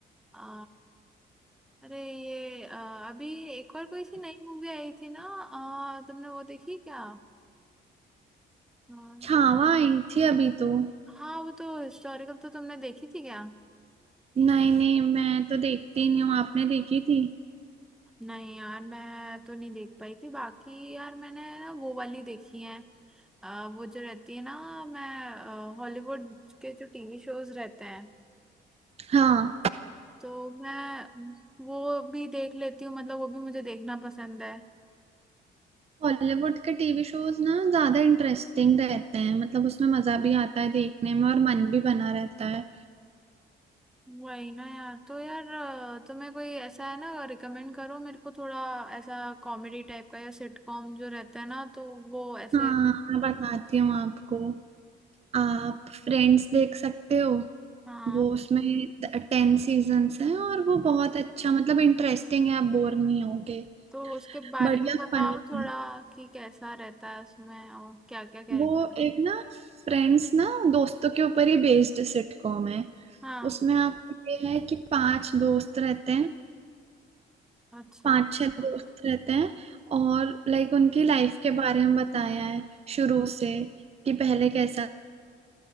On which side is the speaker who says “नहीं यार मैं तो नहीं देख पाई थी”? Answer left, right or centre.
Centre